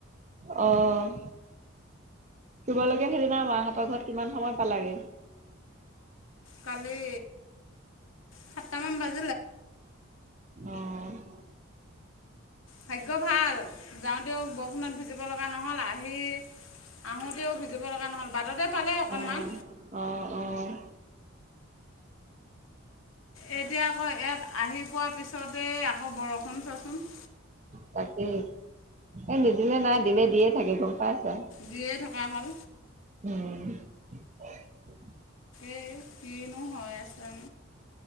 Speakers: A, on the right; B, on the left.
A: আহ। তোমালোকে সেইদিনা মাহঁতৰ ঘৰত কিমান সময় পালাগে।
B: কালি সাতটামান বাজি-
A: অহ'
B: ভাগ্য ভাল যাওঁতেও বৰষুণত ভিজিব লগা নহ'ল আহি আহোঁতেও। ভিজিব লগা নহ'ল বাটতে পালে অকণমান
A: অহ' অহ' অহ'।
B: এতিয়া আকৌ ইয়াত আহি পোৱাৰ পিছতে আকৌ বৰষুণ চোৱাচোন।
A: তাকেই এই নিদিলে নাই দিলে দিয়ে থাকে গ'ম পাইছা,
B: দিয়ে থকা হ'ল
A: উম। <unintelligible>
B: এই কিনো হৈ আছে।